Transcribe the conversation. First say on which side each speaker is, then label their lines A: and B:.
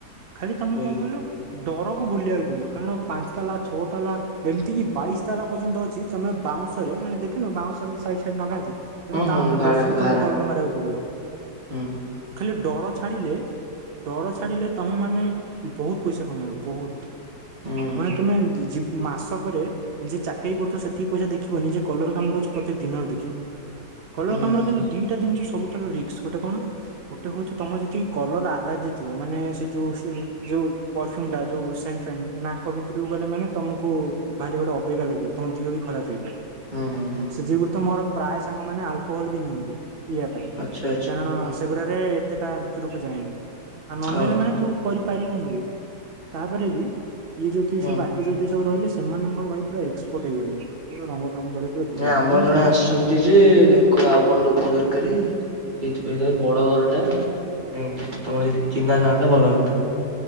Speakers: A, on the right; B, on the right.
A: ଖାଲି ତମ
B: ସେଇ
A: କଣ କହିଲୁ ଡରକୁ ବୁଲିବାକୁ ପଡିବ କାରଣ ପାଞ୍ଚ ତାଲା ଛଅ ତାଲା ଏମିତି କିି ବାଇଶି ତାଲା ପର୍ଯ୍ୟନ୍ତ ଅଛି। ତମେ ବାଉଁଶରେ ମାନେ ଦେଖିନୁ ବାଉଁଶ ଏମତି ସାଇଡ୍ ସାଇଡ ନଗାନ୍ତି ତମେ
B: ହୁଁ
A: ତା
B: ହୁଁ
A: ଉପରେ
B: ଭାଡା
A: ବସିକି
B: ଭାରା
A: ତମକୁ କଲର ମାରିବାକୁ <inaudible>
B: ହୁଁ
A: ଖାଲି ଡର ଛାଡିଲେ ଡର ଛାଡିଲେ ତମେ ମାନେ ବହୁତ୍ ପଇସା କମେଇବ ବହୁତ୍।
B: ହୁଁ ହୁଁ
A: ମାନେ ତମେ ଯି ମାସକରେ ଯିଏ ଚାକିରି କରୁଥିବ ସେତିକି ପଇସା ଦେଖିବନି ଯିଏ କଲର କାମ କରୁଛି ସେ ପ୍ରତି ଦିନରେ ଦେଖିବ। କଲର
B: ହୁଁ
A: କାମର କିନ୍ତୁ ଦିଟା ଜିନିଷ ସବୁଠାରୁ ରିକ୍ସ ଗୋଟେ କଣ ଗୋଟେ ହଉଛି ତମର ଯଦି କି କଲର ଆଲାଜି ଥିବ ମାନେ ସେ ଯୋଉ ଯୋଉ ପରଫୁମ୍ ଟା ଯଉ ସେନ୍ଟ ଫେଣ୍ଟ ନ ଆଙ୍କ କିତକୁ ଗଲେ ମାନେ ତମକୁ ଭାରି ଗୋଟେ ଅବାଗିଆ ଲାଗିବ ତମ ଦେହ ବି ଖରାପ ହେଇପାରେ।
B: ହୁଁ ହୁଁ ହୁଁ
A: ସେଥିଗୁରୁ ତ ମୋର ପ୍ରାୟ ସାଙ୍ଗ ମାନେ ଆଲକୋହଲ ବି ନିଅନ୍ତି। ପିଇବା
B: ଆଚ୍ଛା ଆଚ୍ଛା
A: କାରଣ
B: ହୁଁ
A: ସେଗୁଡା ଏତେଟା ଭିତରକୁ ଯାଏନି ଆଉ ନ ନେଲେ
B: ଓହୋ
A: ମାନେ ତୁ କରି ପାରିବୁନୁ ବି ତାପରେ ବି ଏ ଯୋଉ ଏଇ
B: ହୁଁ
A: ସବୁ ଆ ଏଠି ସବୁ ରହିଲେ ସେମାନଙ୍କର ଭାଇ ପୁରା ଏକ୍ସପର୍ଟ ହେଇଗଲେଣି ପୁରା ରଙ୍ଗ କାମ କରିବା ପୁରା ଧୂଆଁ
B: ନାଇଁ ଆମର ଜଣେ
A: ସେମାନେ
B: ଆସିଛନ୍ତି ଯେ ତାଙ୍କୁ ଆଉ କଣ ଲୋକ ଦରକାର ସେଇଥିପାଇଁ ତାଙ୍କର ବଡ ଘର ଟା। ତା ପାଇଁ ତମ ଯିଏ ଚିହ୍ନାଥାନ୍ତା ଭଲ ହୁଅନ୍ତା।